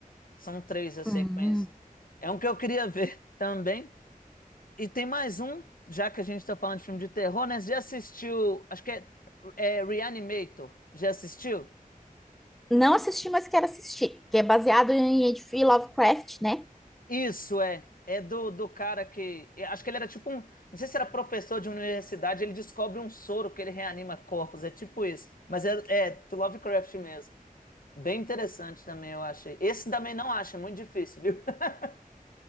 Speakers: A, on the left; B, in the centre.
A: São três a sequência.
B: Hum.
A: É um que eu queria ver <laughs> também. E tem mais um, já que a gente tá falando de filme de terror, né? Você já assistiu, acho que é, é Reanimator. Já assistiu?
B: Não assisti, mas quero assistir, porque é baseado em H.P. Lovecraft, né?
A: Isso é. É do, do cara que. é, Acho que ele era tipo um. Não sei se era professor de universidade, ele descobre um soro que ele reanima corpos. É tipo isso. Mas é, é do Lovecraft mesmo. Bem interessante também, eu achei. Esse também não acho, é muito difícil, viu? <laughs>